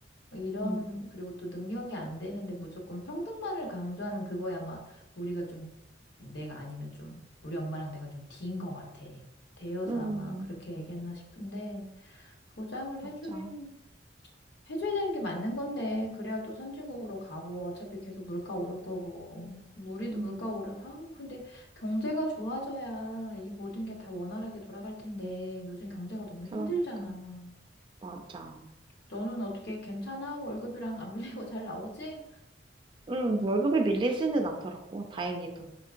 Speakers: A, on the left; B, on the right.
A: 이런,
B: 응,
A: 그리고 또 능력이 안 되는데 무조건 평등만을 강조하는 그거야 아마 우리가 좀, 내가 아니면 좀, 우리 엄마랑 내가 좀 D인 것 같아. 대여서
B: 응.
A: 아마 그렇게 얘기했나 싶은데, 보장을 해주긴,
B: 맞아.
A: 해줘야 되는 게 맞는 건데, 그래야 또 선진국으로 가고, 어차피 계속 물가 오를 거고, 그럼 우리도
B: 음,
A: 물가 오를, 아, 근데 경제가 좋아져야 이 모든 게 다 원활하게 돌아갈 텐데, 요즘 경제가 너무
B: 그러니까.
A: 힘들잖아.
B: 맞아.
A: 너는 어떻게 괜찮아? 월급이랑 안 밀리고 잘 나오지?
B: 음, 월급이 밀리지는 않더라고, 다행히도.